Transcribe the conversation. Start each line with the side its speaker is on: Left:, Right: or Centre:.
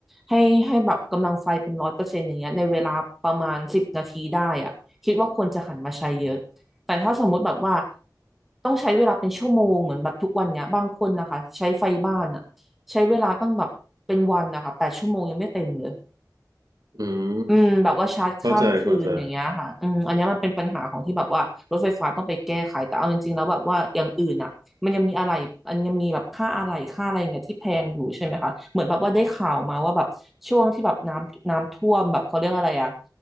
Centre: ให้ให้แบบกำลังไฟเป็นร้อยเปอร์เซ็นต์อย่างเงี้ยในเวลาประมาณสิบนาทีได้อะคิดว่าควรจะหันมาใช้เยอะแต่ถ้าสมมุติแบบว่าต้องใช้เวลาเป็นชั่วโมงเหมือนแบบทุกวันเนี้ยบางคนนะคะใช้ไฟบ้านอะใช้เวลาตั้งแบบเป็นวันนะคะแปดชั่วโมงยังไม่เต็มเลย
Right: อืม
Centre: อืมแบบว่าชาร์จข้ามคืนอย่างเงี้ยค่ะอืมอันเนี้ยมันเป็นปัญหาของที่แบบว่ารถไฟฟ้าต้องไปแก้ไขแต่เอาจริงๆแล้วแบบว่าอย่างอื่นอ่ะมันยังมีอะไรอันยังมีแบบค่าอะไรค่าอะไรอย่างเงี้ยที่แพงอยู่ใช่ไหมคะเหมือนแบบว่าได้ข่าวมาว่าแบบช่วงที่แบบน้ำน้ำท่วมแบบเขาเรียกอะไรอ่ะ
Right: เข้าใจเข้าใจ